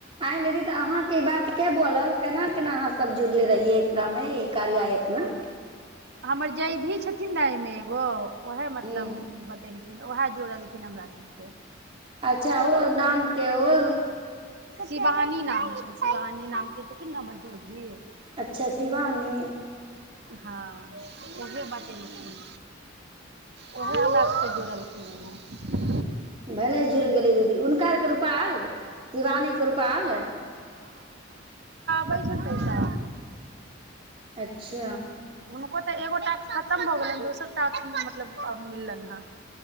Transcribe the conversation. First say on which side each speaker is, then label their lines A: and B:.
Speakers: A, on the right; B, on the right.
A: आए दीदी तऽ अहाँके ई बात के बोलल केना केना अहाँसभ जुड़ले रहियै एकरामे ई कार्या एप में
B: हमर जयधी छथिन ने एहिमे एगो ओएहे मतलब
A: हूँ
B: बतेलखी उएह जोड़लखिन हमरा सबके
A: अच्छा ओ नामके ओ
B: शिवानी नाम छेन शिवानी नाम के छथिन न हमर जयधि
A: अच्छा शिवानी
B: हँ उहे बतेलखिन उहे हमरा सभके जुड़लखिन ह
A: भले जुड़ गेलै दीदी हुनकारके रूपा एल शिवानी के रूपाल एल
B: पैसन कैसा
A: अच्छा
B: त एगोटा के खत्म भ गेलैन दोसर टाक मतलब अब मिललनि हँ